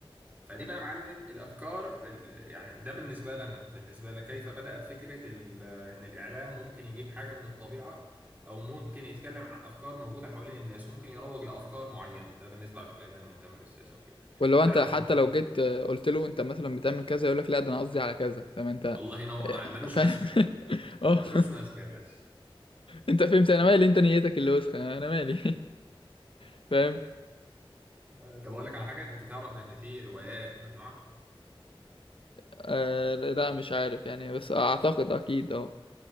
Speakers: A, on the right (about 20°); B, on the left (about 65°).
A: فدي بقى يا معلم الافكار ال- يعني ده بالنسبه لنا بالنسبه لي كيف بدات فكره ال- ان الاعلام ممكن يجيب حاجه من الطبيعه او ممكن يتكلم عن افكار موجوده حوالين الناس ممكن يروج لافكار معينه ده بالنسبه على فكره ان انا مهتم بالسياسه وكده
B: ولو
A: تعرف
B: انت حتى
A: إن
B: لو
A: في-
B: جيت آه، قلت له انت مثلا بتعمل كذا يقول لك لا ده انا قصدي على كذا فاهم
A: <laughs>
B: انت
A: الله ينور
B: آه،
A: عليه ملوش
B: فاهم
A: ماسكه
B: <laughs> اه
A: ملوش ماسكه يا باشا
B: انت فهمت انا مالي انت نيتك اللي وسخه انا مالي <laughs> فاهم
A: آه، طب اقول لك على حاجه انت تعرف ان في روايات ممنوعه
B: آه لا مش عارف يعني بس اعتقد اكيد اه